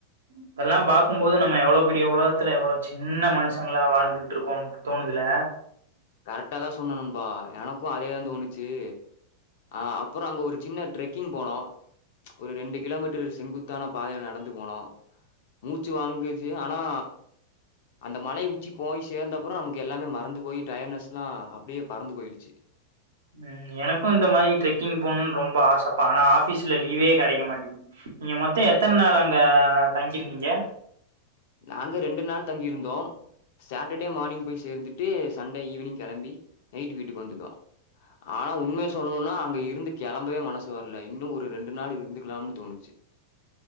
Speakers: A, on the right; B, on the left.
A: இதெல்லா பாக்குபோது நம்ம எவ்ளோ பெரிய உலகத்துல எவ்ளோ சின்ன மனுசங்களா வாழ்ந்துகிட்டு இருக்கோ தோணுதுல
B: கரெக்டாதா சொன்ன நண்பா எனக்கு அதேதா தோணுச்சு அ அப்பற அங்க ஒரு சின்ன ட்ரெக்கிங் போனோ ஒரு ரெண்டு கிலோமீட்டர் செங்குத்தான பாதைல நடந்து போனோ மூச்சு வாங்குச்சு ஆ னா அந்த மலை உச்சி போய் சேந்த அப்ற நமக்கு எல்லாமே மறந்து போயி டயர்ட்னஸ்லா அப்டியே பறந்து போய்டுச்சு
A: ம் எனக்கு இந்த மாதிரி ட்ரெக்கிங் போணுன் ரொம்ப ஆசப்பா ஆனா ஆஃபீஸ்ல லீவே கெடைக்க மாட்டேன்கிது நீங்க மொத்தோ எத்தன நாள் அங்க தங்கிருந்தீங்க
B: நாங்க ரெண்டு நாள் தங்கிருந்தோ சாட்டர்டே மார்னிங் போய் சேர்ந்துட்டு சண்டே ஈவினிங் கிளம்பி நைட் வீட்டுக்கு வந்துட்டோ ஆனா உண்மைய சொல்ணுனா அங்க இருந்து கெளம்பவே மனசு வரல இன்னு ஒரு ரெண்டு நாள் இருந்துக்கலாம்னு தோணுச்சு